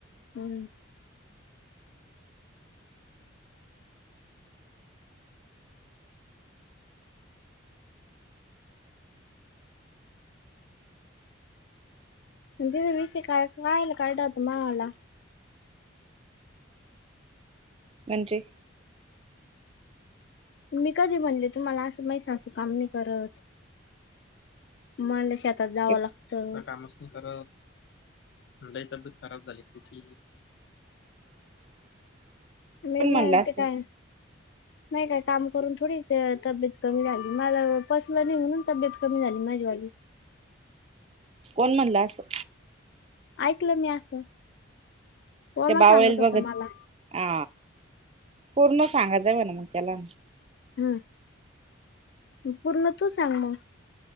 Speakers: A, on the left (about 55°); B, on the right (about 30°).
A: हम्म तिचा विषय काय कायला काडात माला.
B: म्हणजे?
A: मी कधी म्हणले तुम्हाला असं मै सासू काम नाही करत. म्हणल्या शेतात जावं
B: ते
A: लागतं. कामचं नाही करत, लय तब्येत खराब झाली का तीची?
B: <inaudible>
A: मी
B: म्हणलं
A: म
B: असं
A: ते काय? नाही काय काम करून थोडी तब्येत कमी झाली माझ पसलं नाही म्हणून तब्येत कमी झाली माझी. वाली
B: कोण म्हणला असं?
A: ऐकलं मी असं. ओमा
B: ते बावळेल
A: सांगत होता
B: बघत
A: मला
B: आ पूर्ण सांगायचव ना मग त्याला
A: हम पूर्ण तू सांग मग.